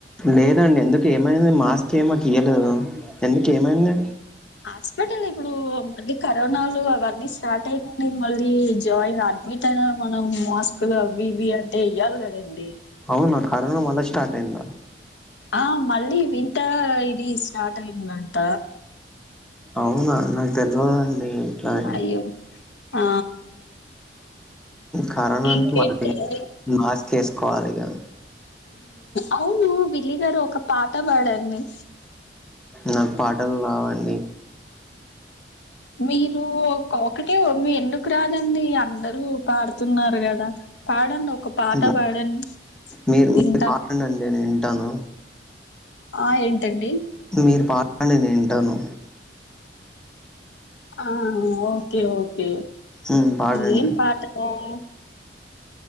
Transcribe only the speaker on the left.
హాస్పిటల్ ఇప్పుడు మళ్ళీ కరోనాలు అవన్నీ స్టార్ట్ అయిపోయినాయి. మళ్ళీ జాయిన్ అడ్మిట్ అయిన మనం మాస్కులు అవి ఇవి అంటే ఇయ్యాలి కదండి.
ఆ మళ్ళీ వింటా ఇది స్టార్ట్ అయింది అంట.
అయ్యో ఆ
ఇంకేంటి
అండి
అవును విల్లీ గారు ఒక పాట పాడండి.
మీరు ఒకటే మీ ఎందుకు రాదండి అందరూ పాడుతున్నారు కదా? పాడండి ఒక పాట
పాడండి
వింటా
ఆ ఏంటండి?
ఆ ఓకే ఓకే
ఏం పాట పాడాలి